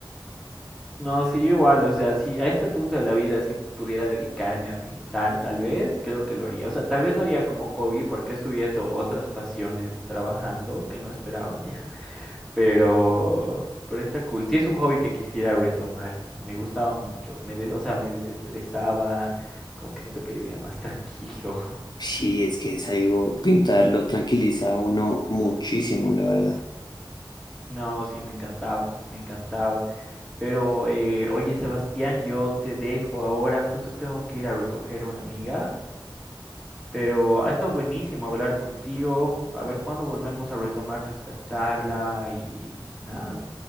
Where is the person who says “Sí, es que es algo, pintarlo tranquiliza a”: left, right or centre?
Left